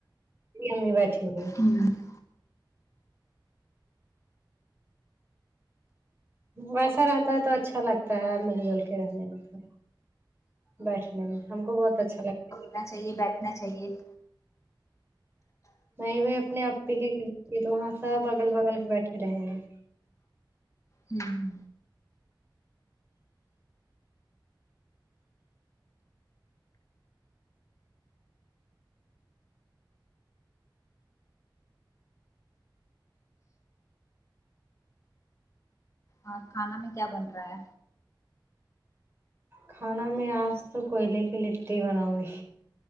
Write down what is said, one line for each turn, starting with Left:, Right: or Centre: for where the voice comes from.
Right: امی بیٹھی ہوئی ہے
Left: مین
Right: ویسا رہتا ہے تو اچھا لگتا ہے مل جل کے رہنے میں تو بیٹھنے میں ہم کو بہت اچھا لگتا
Left: کرنا چاہیے بیٹھا چاہیے
Right: نہیں وہ اپنے اپی کے وہاں سب اگل بگل کے بیٹھے رہیں گے
Left: ہممم اور کھانا میں کیا بن رہا ہے
Right: کھانا میں آج تو کوئلے کی لٹی بناؤں گی